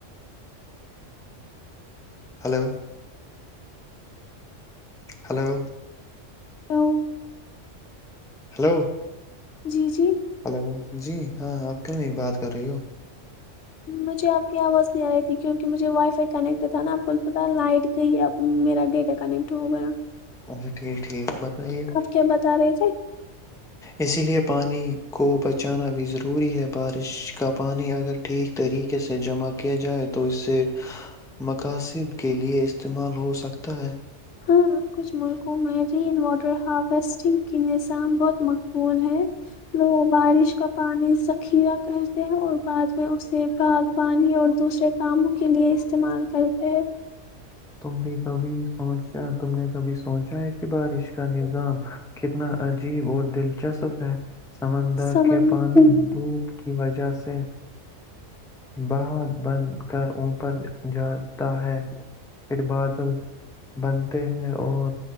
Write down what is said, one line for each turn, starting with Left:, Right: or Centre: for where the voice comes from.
Centre: ہلو ہلو
Left: دوو <inaudible>
Centre: ہلو
Left: جی جی
Centre: ہلو جی ہاں آپ کیوں نہیں بات کر رہی ہو
Left: مجھے آپ کی آواز نہیں آ رہی تھی کیونکہ مجھے وائی فائی کنیکٹ تھا نا آپ کو پت لائٹ کا ہی اب میرا ڈیٹا کنیکٹ ہو گیا
Centre: اچھا ٹھیک ٹھیک بتائیے
Left: آپ کیا بتا رہے تھے
Centre: اسی لے پانی کو بچانا بھی ضروری ہے بارش کا پانی اگر ٹھیک طریقے سے جمع کیا جائے تو اسے مقاصد کےلئے استعمال ہوسکتا ہے
Left: ہاں کچھ ملکوں میں رین واٹر ہارویسٹنگ کی نظام بہت مق بول ہے وہ بارش کا پانی ذخیرہ کرتے ہیں اور بعد میں اسے باغبانی اور دوسرے کاموں کے لیے استعمال کرتے
Centre: تم بھی کبھی سوچا تم نے کبھی سوچا ہے کہ بارش کا نظام کتنا عجیب اور دلچسپ ہے سمندر
Left: سمن
Centre: کے پان دوپ کی وجہ سے بات بن کر اوپر جاتا ہے پھر بادل بنتے ہیں اور